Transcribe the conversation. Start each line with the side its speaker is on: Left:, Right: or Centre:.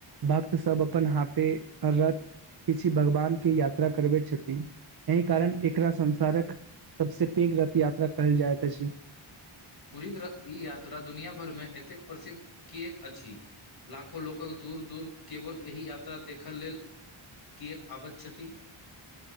Right: भक्त सब अपन हाथे रथ। किछी भगवानके यात्रा करबै छति। एहि कारण एकरा संसारक सबसे पेघ रथ यात्रा कहल जाइत अछि।
Left: पूरीक रथ ई यात्रा दुनिया भरमे एतेक प्रसिद्ध किएक अछि? लाखो लोकक दूर दूर केवल एहि यात्रा देखऽ लेल कीयक आबत छति?